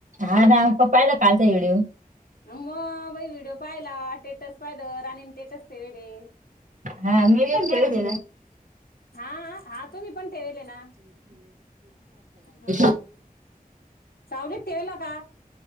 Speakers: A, on the right; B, on the left.
A: हा ना तो पाहिला कालचा व्हिडिओ
B: अ म बाई व्हिडिओ पाहिला. टेटस पाहिलं. राणी टेटस ठेवीले.
A: ह मी ठेविले ना
B: हा हा तुम्ही पण ठेवले ना हम्म
A: <unintelligible>
B: सावलीत ठेवलं का